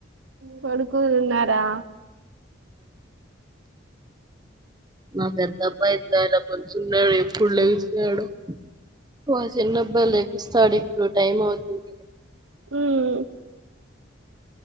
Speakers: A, on the right; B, on the right.
A: పడుకొని ఉన్నారా
B: నాకు ఎంతప్పా ఇంత కొంచెంన్నాడు ఎప్పుడు లేెసినాడు లేచిందబ్బ లేకుస్తాడి ప్పు టైమ్ అవుతుంది
A: ఉమ్